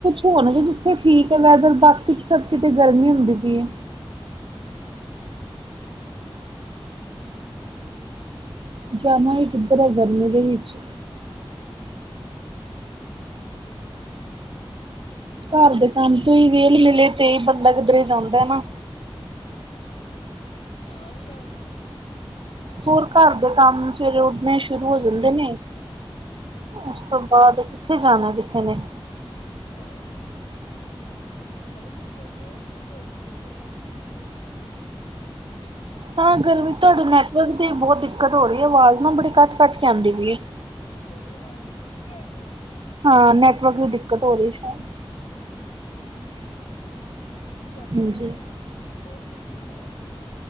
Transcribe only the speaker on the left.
ਹੂ
ਹਾਂ ਗੱਲ
ਗੱਲ
ਹੈ
ਹਾਂ। ਹਾਂਜੀ
ਹਾਂ। ਨਾਲੇ ਫੇਰ ਗਰਮੀਯਾ ਚ' ਨਿਕਲਨ ਨੀ ਹੁੰਦਾ।
ਮੇਰੀ ਆਵਾਜ਼ ਕੱਟ ਕੇ ਆਈ ਏ?
ਅੱਛਾ, ਤੁਹਾਡੀ
ਆਵਾਜ ਤੇ ਕਲੀਯਰ <unintelligible> ਆਰੀ ਐ।